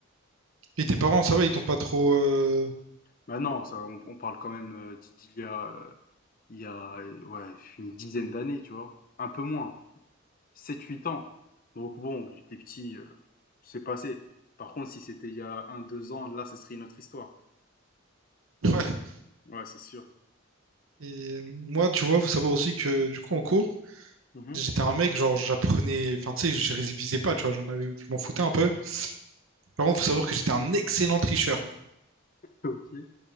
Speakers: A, on the right; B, on the left.
A: et tes parents, ça va, ils t'ont pas trop. euh,
B: Bah non, ça, on, on parle quand même euh, d'il d'il y a, euh, il y a euh, ouais, une dizaine d'années, tu vois. Un peu moins, sept huit ans. Donc bon, j'étais petit, euh, c'est passé. Par contre, si c'était il y a un, deux ans, là, ça serait une autre histoire.
A: Ouais.
B: Ouais, c'est sûr.
A: Et moi, tu vois, faut savoir aussi que du coup, en cours,
B: Mhm.
A: j'étais un mec, genre, j'apprenais. Enfin, tu sais, je révisais pas, tu vois, j'en avais... je m'en foutais un peu. Par contre, faut savoir que j'étais un excellent tricheur.
B: OK,